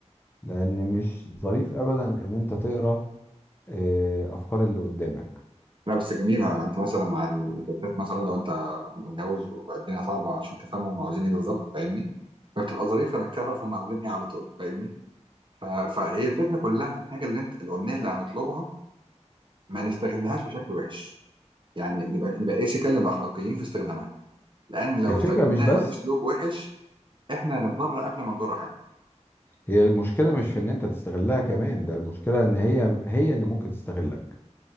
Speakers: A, on the left; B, on the right.
A: لأن مش ظريف أبدا إن أنت تقرأ آه، أفكار اللي قدامك
B: لا بس جميله انت مثلا مع الستات مثلا لو انت متجوز وبقى الدنيا صعبه عشان تفهموا هم عاوزين ايه بالظبط فاهمني فبتبقى ظريفه انك تعرف هم عاوزين ايه على طول فاهمني ف... فهي الفكره كلها في الحاجه اللي انت الامنيه اللي هنطلبها ما نستغلهاش بشكل وحش يعني نبقى نبقى ايه سكال نبقى اخلاقيين في استخدامها لان لو
A: الفكرة
B: استخدمناها
A: مش بس
B: باسلوب وحش احنا هنتضرر قبل ما نضر حد
A: هي المشكلة مش في ان انت تستغلها كمان ده المشكلة ان هي هي اللي ممكن تستغلك